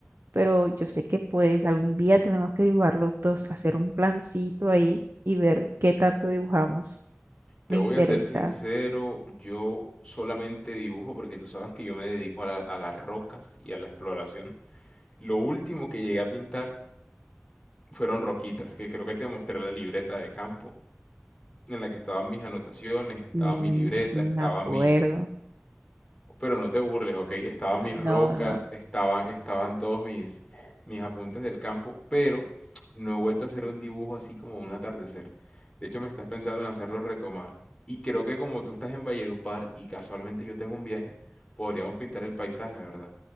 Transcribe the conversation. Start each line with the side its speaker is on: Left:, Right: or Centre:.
Right: pero yo sé que pues algún día tenemos que dibujar los dos, hacer un plancito ahí y ver qué tanto dibujamos.
Left: Te
Right: Me
Left: voy
Right: interesa.
Left: a ser sincero, yo solamente dibujo porque tú sabes que yo me dedico a la- a las rocas y a la exploración. Lo último que llegué a pintar fueron roquitas, que creo que te mostré la libreta de campo en la que estaban mis anotaciones, estaba
Right: Sí,
Left: mi libreta,
Right: sí,
Left: estaba
Right: me acuerdo.
Left: mi, Pero no te burles, ¿ok? Estaban mis
Right: No,
Left: rocas,
Right: no.
Left: estaban, estaban todos mis, mis apuntes del campo, pero no he vuelto a hacer un dibujo así como un atardecer. De hecho, me estás pensando en hacerlo retomar. Y creo que como tú estás en Valledupar y casualmente yo tengo un viaje, podríamos pintar el paisaje, ¿verdad?